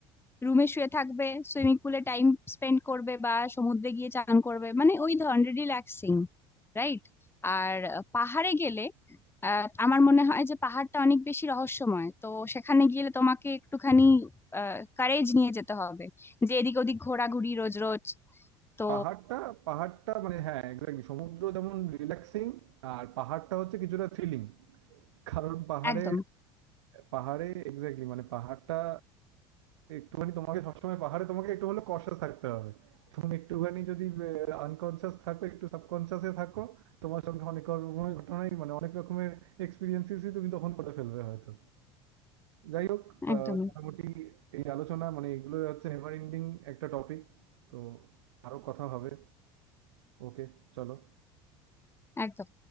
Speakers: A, on the left; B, on the right.
A: রুমে শুয়ে থাকবে সুইমিং পুলে টাইম স্পেন্ড করবে বা সমুদ্রে গিয়ে চান করবে মানে ওই ধরনের রিল্যাক্সিং রাইট আর আহ, পাহাড়ে গেলে আহ, আমার মনে হয় যে পাহাড়টা অনেক বেশি রহস্যময় তো সেখানে গেলে তোমাকে একটুখানি কারেজ নিয়ে যেতে হবে যে এদিক ওদিক ঘোরাঘুরি রোজ রোজ তো
B: পাহাড়টা পাহাড়টা মানে হ্যাঁ এক্স্যাক্টলি সমুদ্র যেমন রিল্যাক্সিং আর পাহাড়টা হচ্ছে কিছুটা থ্রিলিং কারণ পাহাড়ে
A: একদম
B: পাহাড়ে এক্স্যাক্টলি মানে পাহাড়টা একটুখানি তোমাকে সবসময় পাহাড়ে তোমাকে একটু হলেও কশাস থাকতে হবে তুমি একটুখানি যদি আনকনসিয়াস থাকো একটু সাবকনসিয়াসে থাকো তোমার সঙ্গে অনেক রকমের ঘটনাই মানে অনেক রকমের এক্সপিরিয়েন্সেসই তুমি তখন করে ফেলবে হয়তো যাই হোক
A: একদমই
B: আহ, মোটামুটি এই আলোচনা মানে এগুলো হচ্ছে নেভার এন্ডিং একটা টপিক তো আরো কথা হবে ওকে চলো
A: একদম